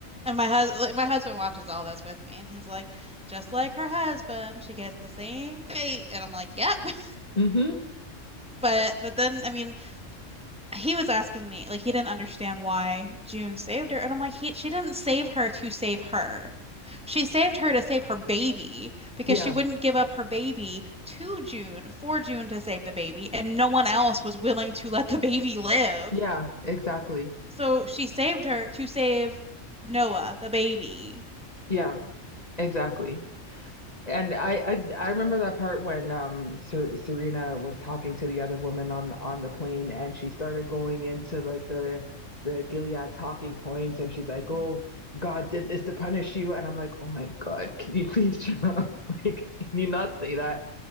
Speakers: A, in the centre; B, on the left.
A: And my husband, like, my husband watches all this with me, and he's like, just like her husband, she gets the same fate. And I'm like, yep. <laughs>
B: hmm
A: But but then I mean, he was asking me like he didn't understand why June saved her, and I'm like, he she didn't save her to save her. She saved her to save her baby because
B: Yeah,
A: she wouldn't give up her baby to June for June to save the baby, and no one else was willing to let the baby live.
B: yeah, exactly.
A: So she saved her to save Noah, the baby.
B: Yeah, exactly. And I, I I remember that part when um Ser Serena was talking to the other woman on on the plane and she started going into like the the Gilead talking points and she's like,
A: Mhm.
B: "Oh, God did this to punish you." And I'm like, "Oh my God, can you <laughs> please shut up? <laughs> Like, can you not say that?"